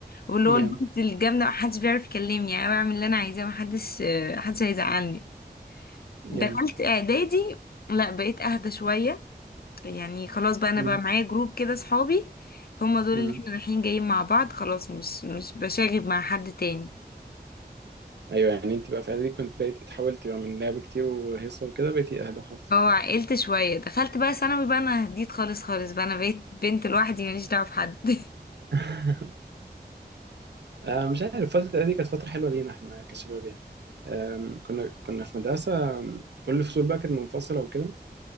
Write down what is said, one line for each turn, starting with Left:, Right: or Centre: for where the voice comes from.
Left: واللي
Right: جامد
Left: هو البنت الجامده محدش بيعرف يكلمني يعني انا بعمل اللي انا عايزاه محدش آه، محدش هيزعلني
Right: جامد
Left: دخلت اعدادي لا بقيت اهدى شويه يعني خلاص بقى انا
Right: امم
Left: بقى معايا جروب كده صحابي هما دول
Right: امم
Left: اللي احنا رايحين جايين مع بعض خلاص مش مش بشاغب مع حد تاني
Right: ايوه يعني انت بقى في اعدادي كنت بقيت اتحولت بقى من لعب كتير وهيصه وكده بقيتي اهدى خالص
Left: اه عقلت شوية دخلت بقى ثانوي بقى انا هديت خالص خالص بقى انا بقيت بنت لوحدي ماليش دعوة بحد <laughs>
Right: <laughs> آه مش عارف فتره اعدادي كانت فتره حلوه لينا احنا كشباب يعني آم، كنا كنا في مدرسه آم، كل الفصول بقى كانت منفصله وكده